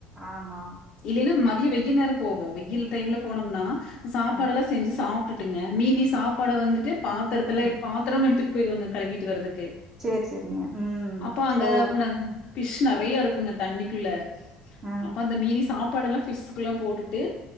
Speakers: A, on the right; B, on the left.
A: ஆமா
B: இல்லைன்னா ம தியோ வெய்யில் நேரோ போவோ வெய்யில் டைம்ல போனோம்னா சாப்பாடெல்லா
A: ம்
B: செஞ்சு சா ப்டுட்டுங்க மீதி சாப்பாட வந்து பாத்தரத்துல
A: ம்
B: பாத்தரமு எடுத்துட்டு போயிருவங்க கழுவிட்டு வர்றதுக்கு
A: சேரி சேரிங்க ம்
B: அப்போ அங்க
A: ஓ
B: இந்த ஃபிஷ் நெறைய இருக்குங்க தண்ணிக்குள்ள
A: ஆ
B: அப்ப அந்த மீதி சாப்பாடெல்லா ஃபிஷ்க்கல்லா போட்டுட்டு